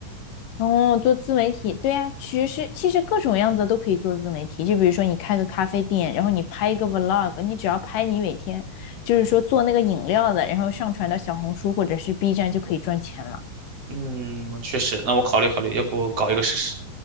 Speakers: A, on the left (about 80°); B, on the right (about 50°).
A: 哦，做自媒体，对呀，其实其实各种样子都可以做自媒体。就比如说你开个咖啡店，然后你拍一个 vlog，你只要拍你每天就是说做那个饮料的，然后上传到小红书或者是 B 站就可以赚钱了。
B: 嗯，确实，那我考虑考虑，要不搞一个试试。